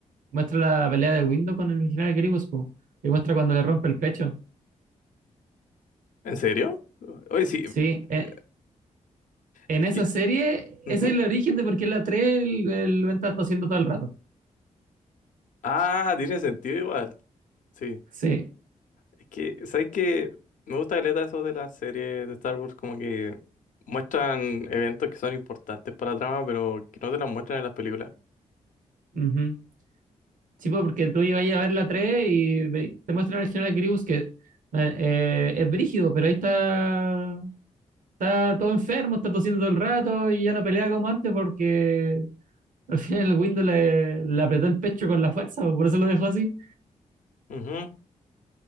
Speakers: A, on the right; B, on the left.
A: Muestra la pelea de Windows con el original Gribus, po. Y muestra cuando le rompe el pecho.
B: ¿En serio? Oye, sí,
A: Sí,
B: mm, mm,
A: en, en
B: es
A: esa
B: que,
A: serie,
B: ujú.
A: ese es el origen de por qué en la 3 el, el Venta está haciendo todo el rato.
B: Ah, tiene sentido igual, sí.
A: Sí.
B: Es que, ¿sabes qué? Me gusta caleta eso de las series de Star Wars, como que muestran eventos que son importantes para la trama, pero que no te las muestran en las películas.
A: ujú. Sí, po, porque tú ibas a ver la 3 y ve- te muestran el general Gribus que eh, es brígido, pero ahí está, está todo enfermo, está tosiendo todo el rato y ya no pelea como antes porque al final el Windows le, le apretó el pecho con la fuerza, po, por eso lo dejó así.
B: Ujú.